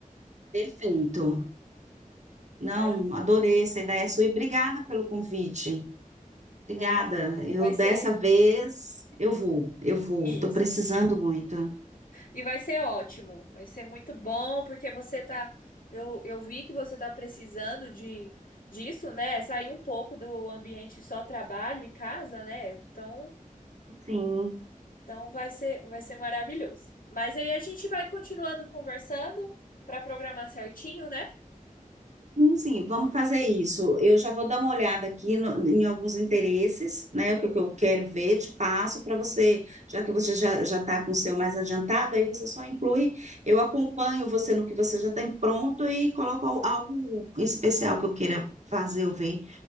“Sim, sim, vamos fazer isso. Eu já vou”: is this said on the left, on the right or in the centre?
Right